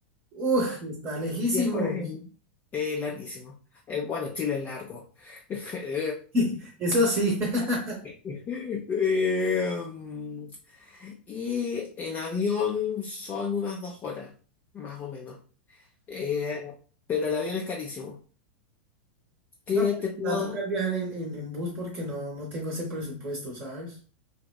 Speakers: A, on the right; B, on the left.
A: Uy, está lejísimo.
B: diez horas en... eh, larguísimo. Eh, bueno, Chile es largo. <laughs>
A: <laughs> Eso sí. <laughs>
B: Eh, em, y en avión son unas dos horas, más o menos. Eh, pero el avión es carísimo. ¿Qué
A: No, pues,
B: te puedo...?
A: me va a tocar viajar en, en, en bus porque no, no tengo ese presupuesto, ¿sabes?